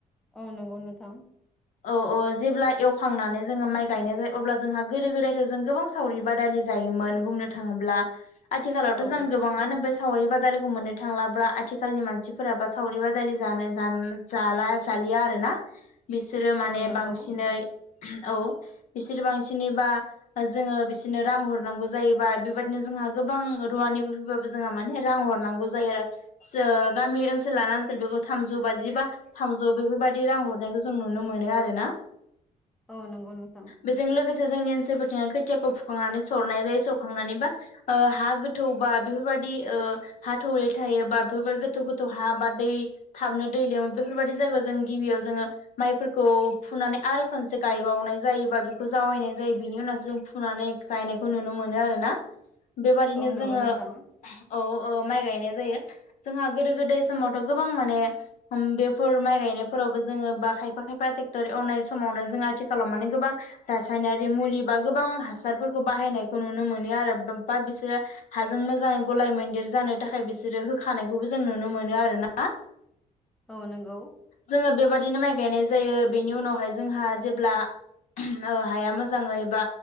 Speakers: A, in the centre; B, on the left.
A: औ नंगौ नोंथां
B: औ औ जेब्ला एवखांनानै जोङो माइ गायनाय जायो अब्ला जोंहा गोदो गोदायथ जों गोबां। सावरि बादालि जायोमोन बुंनो थाङोब्ला आथिखालावथ'
A: औ
B: जों गोबाङानो बे सावरि बादालिखौ मोननो थांलाब्ला आथिखालनि मानसिफोराबो सावरि बादालि जानो ज जाला जालि आरोना बिसोरो माने
A: औ नंगौ
B: बांसिनै औ बिसोरो बांसिनैबा जोङो बिसोरनो रां हरनांगौ जायोबा बेबायाददिनो जोंहा गोबां रुवानिफ्राय फैबाबो जोंहा माने रां हरनांगौ जायो आरो। गामि ओनसोल लाना ओनसोल बेखौ थामजौ बाजि बा थामजौ बेफोरबायाददि रां हर नायखौ जों नुनो मोनो आरो ना।
A: औ नंगौ नोंथां।
B: बेजों लोगोसे जोंनि ओनसोलफोरथिा खोथियाखौ फुखांनानै सरनाय जायो सरखांनानै बा हा गोथौ बा बेफोरबाददि हा थौले थायोबा बेफोरब गोथौ गोथौ हा बारदै थाबनो दै लोमो बेफोरबायदि जायगायाव जों गिबियाव जोङो माइफोरखौ फुनानै आरो खनसे गायबावनाय जायो बा बेखौ जावैनाय जायो बिनि उनाव जों फुनानै गायनायखौ नुनो मोनो आरोना बेबादिनो
A: औ नंगौ
B: जोङो
A: नोंथां
B: औ माइ गायनाय जों गोदो गोदाय समावथ' गोबां माने बेफोर माइ गायनायफोरावबो जोङो बा खायफा खायफा ट्रेक्टर एवनाय समावनो जों आथिखालाव माने गोबां रासायनारि मुलि बा गोबां हासारफोरखौ बाहायनायखौ नुनो मोनो आरो बा बिसोरो हाजों मोजाङै गलाय मैदेर जानो थाखाय बिसोरो होखानायखौबो जों नुनो मोनो आरो ना। <inaudible>
A: औ नोंगौ।
B: जोङो बेबादिनो माइ गायनाय जायो बेनि उनावहाय जोंहा जेब्ला हाया मोजाङै बा